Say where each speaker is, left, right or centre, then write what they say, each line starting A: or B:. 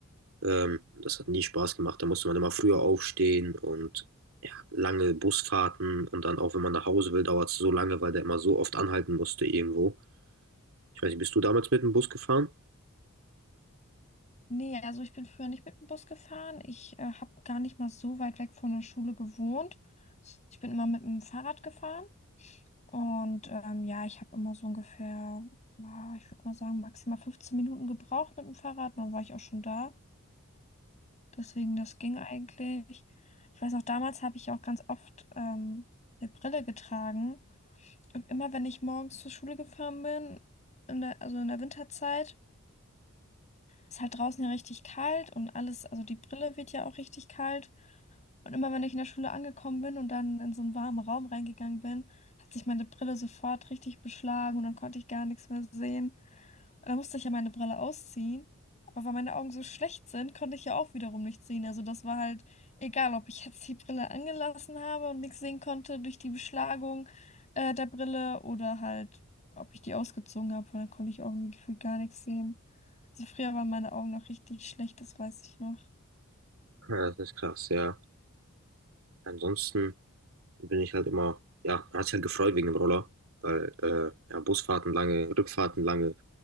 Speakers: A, on the right (about 75°); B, on the left (about 35°).
A: Ähm, das hat nie Spaß gemacht. Da musste man immer früher aufstehen und ja, lange Busfahrten und dann auch, wenn man nach Hause will, dauert es so lange, weil der immer so oft anhalten musste irgendwo. Ich weiß nicht, bist du damals mit dem Bus gefahren?
B: Nee, also ich bin früher nicht mit dem Bus gefahren. Ich äh, habe gar nicht mal so weit weg von der Schule gewohnt. Ich bin immer mit dem Fahrrad gefahren. Und ähm, ja, ich habe immer so ungefähr, ah, ich würde mal sagen, maximal 15 Minuten gebraucht mit dem Fahrrad. Dann war ich auch schon da. Deswegen, das ging eigentlich. Ich weiß auch, damals habe ich ja auch ganz oft ähm, eine Brille getragen. Und immer, wenn ich morgens zur Schule gefahren bin, in der, also in der Winterzeit, ist halt draußen ja richtig kalt und alles, also die Brille wird ja auch richtig kalt. Und immer wenn ich in der Schule angekommen bin und dann in so einen warmen Raum reingegangen bin, hat sich meine Brille sofort richtig beschlagen und dann konnte ich gar nichts mehr sehen. Und dann musste ich ja meine Brille ausziehen. Aber weil meine Augen so schlecht sind, konnte ich ja auch wiederum nichts sehen. Also das war halt egal, ob ich jetzt die Brille angelassen habe und nichts sehen konnte durch die Beschlagung äh, der Brille oder halt, ob ich die ausgezogen habe, weil dann konnte ich auch irgendwie gefühlt gar nichts sehen. Also früher waren meine Augen noch richtig schlecht, das weiß ich noch.
A: Ja, das ist krass, ja. Ansonsten bin ich halt immer, ja, man hat sich halt gefreut wegen dem Roller, weil äh, ja, Busfahrten lange, Rückfahrten lange